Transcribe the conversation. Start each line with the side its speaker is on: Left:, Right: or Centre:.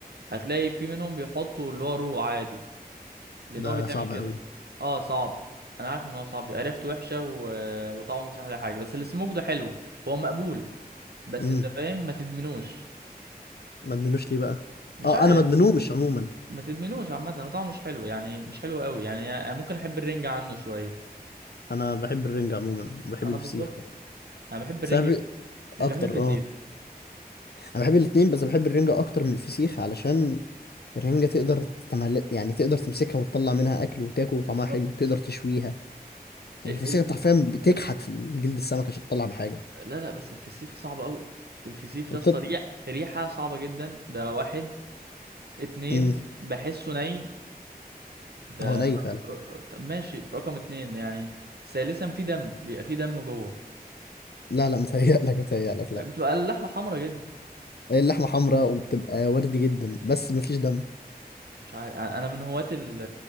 Right: هتلاقي في منهم بيحطوا اللي هو رو عادي لان
Left: ده
Right: هو بيتعمل
Left: صعب
Right: كده
Left: قوي
Right: اه صعب انا عارف ان هو صعب بيبقى ريحته وحشة و... وطعمه مش احلى حاجة بس السموك ده حلو هو مقبول بس
Left: امم
Right: انت فاهم ما تدمنوش
Left: ما ادمنوش ليه بقى
Right: مش
Left: اه
Right: عارف
Left: انا ما ادمنوش عموما
Right: ما تدمنوش عامة هو طعمه مش حلو يعني مش حلو قوي يعني ممكن أحب الرنجة عنه شوية
Left: انا بحب الرنجة عموما وبحب
Right: أنا
Left: الفسيخ
Right: بالظبط
Left: برضه
Right: أنا بحب الرنجة
Left: سبب
Right: مش
Left: اكتر
Right: بحب الفسيخ
Left: اه انا بحب الاتنين بس بحب الرنجة اكتر من الفسيخ علشان الرنجة تقدر تتمل... يعني تقدر تمسكها وتطلع منها أكل وتاكل وطعمها
Right: بالظبط
Left: حلو وتقدر تشويها يعني
Right: ال-
Left: الفسيخ
Right: الف...
Left: أنت حرفيا بتكحت في جلد السمك عشان تطلع بحاجة
Right: لا لا بس الفسيخ صعب قوي الفسيخ
Left: وبتط...
Right: يا اسطى ريح... ريحة صعبة جدا ده واحد اتنين
Left: مم.
Right: بحسه ني ده
Left: هو ني
Right: رق...
Left: فعلا
Right: ر- طب ماشي رقم اتنين يعني ثالثا في دم بيبقى في دم جوه
Left: لا لا متهيألك متهيألك لا
Right: بتبقى اللحمة حمرا جدا
Left: اللحمه حمراء وبتبقى وردي جدا بس مفيش دم
Right: مش عارف أنا أنا من هواة ال...